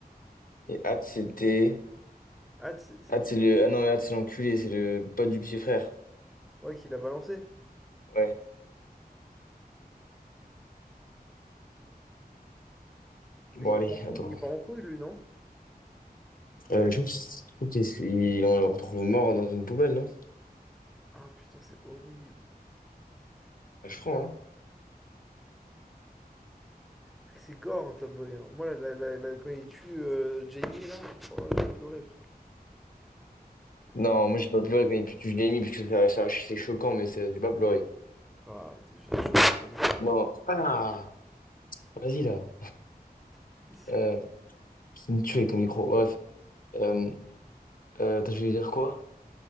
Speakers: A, on the left (about 60°); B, in the centre.
A: Et Hatz, c'était.
B: Hâte, c'est c'est
A: Hatz,
B: qui?
A: c'est le. Ah non, mais Hatz, c'est l'enculé, c'est le pote du petit frère.
B: Ouais, qui l'a balancé.
A: Ouais. Bon,
B: Et il
A: allez,
B: part en couille,
A: attends.
B: il part en couille, lui, non?
A: Euh, je trouve qu'il il- on le retrouve mort dans une poubelle, non?
B: Ah putain, c'est horrible.
A: Bah, je crois, hein.
B: C'est que c'est gore, un Top Boy. hein. Moi, la- la- la- la- quand il tue euh, Jamie, là, oh, j'ai pleuré, frère.
A: Non, moi, j'ai pas pleuré quand il pue- je l'ai mis, parce que ça, ça- c'est choquant, mais ça- j'ai pas pleuré.
B: Ah, des j'ai des choses comme ça.
A: Non. Ah! Vas-y, là.
B: <laughs>
A: Euh, c'est une tuerie, ton micro. Bref. Euh, euh, attends, je voulais dire quoi?